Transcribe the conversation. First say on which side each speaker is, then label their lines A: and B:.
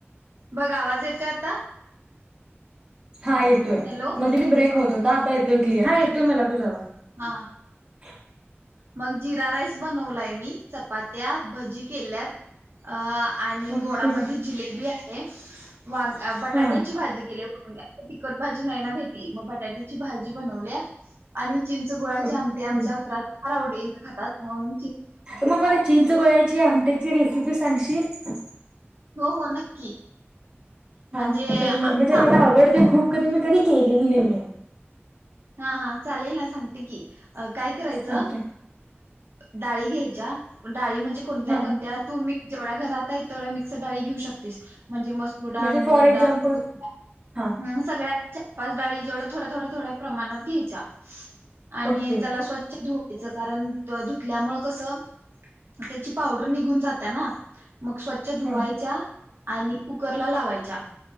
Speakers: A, on the right; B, on the right.
A: बघ आवाज येत ते आता
B: हा येतोय,
A: हॅलो
B: मध्ये ते ब्रेक होत होता, आता येतोय क्लियर, हा येतोय मला तुझा आवाज <inaudible>
A: हा मग, जिरा राईस बनवलाय, मी चपात्या, भजी केल्यात अ आणि
B: ओके
A: गोडामध्ये जिलेबी आहे व बटाट्याची
B: हा
A: भाजी केली. आता तिखट भाजी नाही ना भेटली, मग बटाट्याची भाजी बनवल्या आणि चिंचगुळाची
B: ओके
A: आमटी आमच्या घरात फार आवडीन खातात. मग
B: म, मला चिंचगोळ्याची आमटीची रेसिपी सांगशील?
A: हो, हो नक्की म्हणजे
B: हा तर
A: आम्ही
B: म्हणजे
A: तांबडा
B: मला आवडते खूप, कधी मी कधी केलेली नाहिये
A: हा, हा, चालेल ना, सांगते की, काय करयच
B: ओके
A: डाळी घ्यायच्या, म डाळी म्हणजे कोणत्या
B: हा
A: कोणत्या, तू् मी जेवढ्या घरात आहे तेवढ्या मिक्स डाळी घेऊ शकतीस म्हणजे मसूर डाळ,
B: म्हणजे
A: मुग
B: फॉर एक्झाम्पल
A: डाळ, तूर डाळ,
B: हा
A: हम्म, <unintelligible> पाच डाळी जेवढा थोड्या, थोड्या, थोड्या प्रमाणात घ्यायच्या, आणि
B: ओके
A: त्याला स्वच्छ धु कारण धुतल्यामुळे कसं, त्याची पावडर निघून जातेय ना? मग, स्वच्छ धुवायच्या,
B: हा
A: आणि कुकर ला लावायच्या.